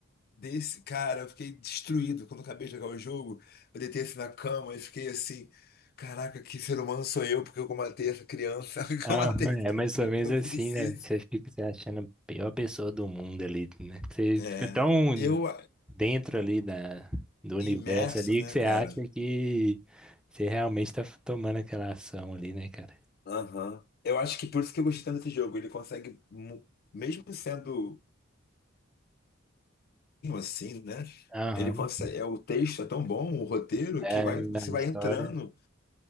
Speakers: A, on the left (about 50°); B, in the centre.
A: Desse cara, eu fiquei destruído quando eu acabei de jogar o jogo. Eu deitei assim na cama e fiquei assim, caraca, que ser humano sou eu, porque eu matei essa criança, <laughs> porque
B: Aham,
A: eu matei
B: é
A: essa
B: mais
A: criança,
B: ou menos
A: eu
B: assim,
A: fiz
B: né?
A: isso.
B: Você fica se achando a pior pessoa do mundo ali, né? Você
A: É,
B: fica tão
A: eu
B: dentro ali da, do universo
A: imerso,
B: ali
A: né,
B: que você
A: cara?
B: acha que você realmente tá tomando aquela ação ali, né, cara?
A: Aham. Eu acho que por isso que eu gostei tanto desse jogo. Ele consegue, mu- mesmo sendo um assim, né?
B: Aham.
A: Ele consegue. é, O texto é tão bom, o roteiro,
B: É
A: que vai,
B: a
A: você vai
B: história.
A: entrando